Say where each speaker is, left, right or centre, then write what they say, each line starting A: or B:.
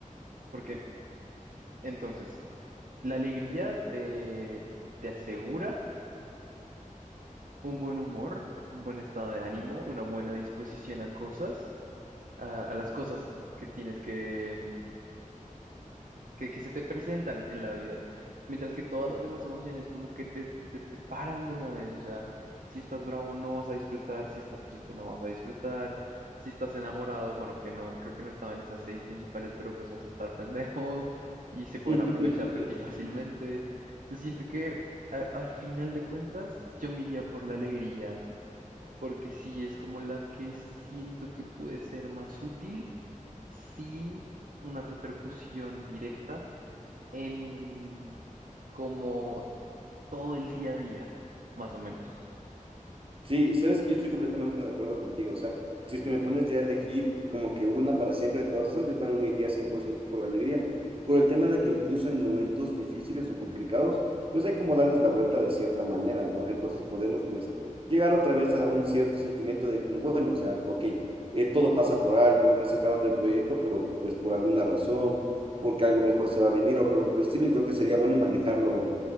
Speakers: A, on the right; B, on the right.
A: porque entonces, la alegría te, te asegura un buen humor, un buen estado de ánimo, una buena disposición a cosas, a, a las cosas que tienes que, que, que se te presentan en la vida. Mientras que todas las demás emociones como que te, te, te paran de una vez, o sea, si estás bravo no vas a disfrutar, si estás triste no vas a disfrutar, si estás enamorado, bueno, que no, creo que no estaba en esas seis principales, pero pues vas a estar pendejo <laughs> y se pueden
B: <laughs>
A: aprovechar de ti fácilmente. Entonces siento que a- al final de cuentas, yo me iría por la alegría porque sí es como la que siento que puede ser más útil sin una repercusión directa en como todo el día a día, más o menos.
B: Sí, sabes que yo estoy completamente de acuerdo contigo. O sea, si es que me pones ya a elegir como que una para siempre de todas esas, yo también me iría 100% por ciento por la alegría. Por el tema de que incluso en momentos difíciles o complicados, pues hay como darles la vuelta de cierta manera, ¿no? Entonces podemos pues llegar otra vez a un cierto sentimiento de como, bueno, o sea, ok, eh, todo pasa por algo, me sacaron del proyecto, pero pues por alguna razón, porque algo mejor se va a venir o algo por el estilo, y creo que sería bueno manejarlo